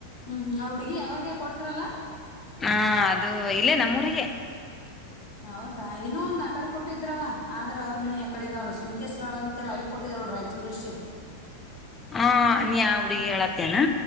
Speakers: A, on the left; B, on the left.
A: ಹ್ಮ್ ಹುಡ್ಗಿ ಅವ್ರಿಗೆ ಕೊಟ್ರಲ್ಲ
B: ಹಾ ಅದು ಇಲ್ಲೇ ನಮ್ಮೂರಿಗೆ
A: ಹೌದಾ ಇನ್ನೊ ಒಂದು ಆ ಕಡೆ ಕೊಟ್ಟಿದ್ರವ ಆದ್ರೆ ಅವ್ರ ಮನಿ ಅಕಡೆ ಇದಾವಲ್ಲ ಸುಂಕೇಶ್ರರಳ ಅಂತೇಳಿ ಅಲ್ಲಿ ಕೊಟ್ಟಿದ್ರಳ ರಾಯಚೂ ಡಿಸ್ಟ್ರಿಕ್
B: ಹಾ ನೀ ಹುಡುಗಿ ಹೇಳತ್ತೇನೆ